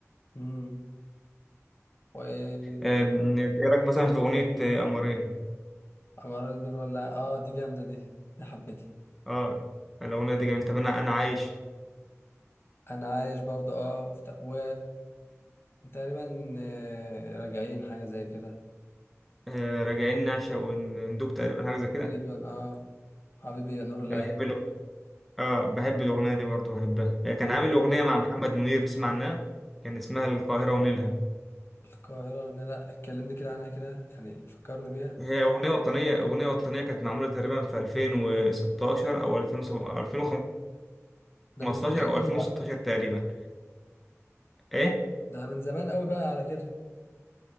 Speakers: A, on the left; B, in the centre.
A: امم وايه
B: آم، ايه رايك مثلا في اغنيه آه، قمرين
A: عمارين دول ولا إيه؟ اه دي جامدة دي دي حبيتها
B: اه الاغنيه دي جميله طب انا انا عايش
A: انا عايش برضو اه في تق... و... وتقريبا آه، راجعين حاجة زي كده
B: آه، راجعين نعشق وندوب تقريبا حاجه زي كده
A: تقريبا اه حبيبي يا نور العين
B: أنا بحب الأغ- اه بحب الاغنيه دي برضه بحبها آه، كان
A: حبيبي
B: عامل اغنيه مع محمد منير تسمع عنها كان اسمها القاهره ونيلها
A: القاهرة لا لا، اتكلمني كده عنها كده يعني فكرني بيها
B: هي اغنيه وطنيه اغنيه وطنيه كانت معموله تقريبا في 2016 او 2017 2015
A: ده من زمان
B: او
A: قوي
B: 2016
A: بقى
B: تقريبا ايه
A: ده من زمان قوي بقى على كده